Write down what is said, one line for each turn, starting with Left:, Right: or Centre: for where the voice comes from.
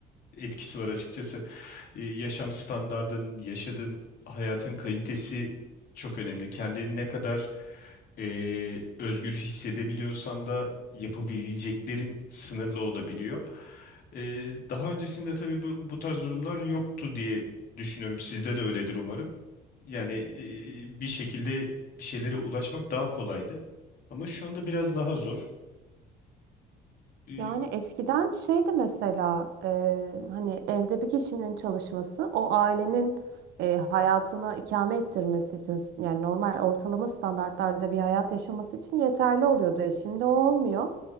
Left: etkisi var açıkçası. e, yaşam standardın, yaşadığın hayatın kalitesi çok önemli. Kendini ne kadar e, özgür hissedebiliyorsan da yapabileceklerin sınırlı olabiliyor. E, daha öncesinde tabii bu, bu tarz durumlar yoktu diye düşünüyorum. Sizde de öyledir umarım. Yani e, bir şekilde bir şeylere ulaşmak daha kolaydı. Ama şu anda biraz daha zor. E,
Right: Yani eskiden şeydi mesela e, hani evde bir kişinin çalışması o ailenin e, hayatını ikame ettirmesi için yani normal ortalama standartlarda bir hayat yaşaması için yeterli oluyordu. E, şimdi o olmuyor.